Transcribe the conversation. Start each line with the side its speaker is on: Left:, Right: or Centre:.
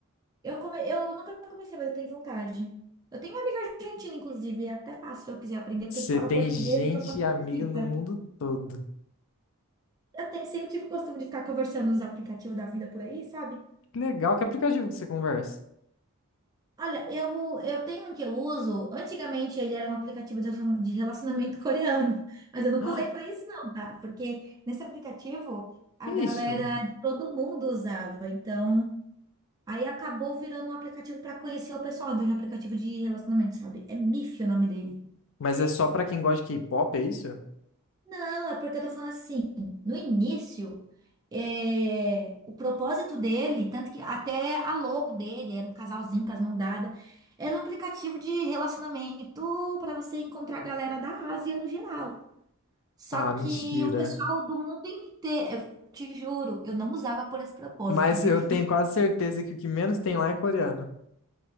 Right: Eu, come... eu nunca comecei, mas eu tenho vontade. Eu tenho uma amiga argentina, inclusive, e é até fácil se eu quiser aprender, porque
Left: Você
Right: ele fala
Left: tem
Right: português,
Left: gente
Right: então facilita.
Left: e amiga no mundo todo.
Right: Eu tenho, sempre tive o costume de ficar conversando nos aplicativos da vida por aí, sabe?
Left: Que legal, que aplicativo que você conversa?
Right: Olha, eu, eu tenho um que eu uso. Antigamente ele era um aplicativo de de relacionamento <laughs> coreano, mas eu nunca
Left: Ah,
Right: usei pra isso, não, tá? Porque nesse aplicativo a
Left: que isso?
Right: galera de todo mundo usava, então. Aí acabou virando um aplicativo pra conhecer o pessoal, em vez de um aplicativo de relacionamento, sabe? É Miffy o nome dele.
Left: Mas é só pra quem gosta de K-pop, é isso?
Right: Não, é porque eu tô falando assim, no início, é, o propósito dele, tanto que até a logo dele era um casalzinho com as mãos dadas, era um aplicativo de relacionamento pra você encontrar a galera da Ásia no geral. Só
Left: Ah, mentira.
Right: que o pessoal do mundo inteiro, eu te juro, eu não usava por esse propósito,
Left: Mas
Right: viu?
Left: eu tenho quase certeza que o que menos tem lá é coreano.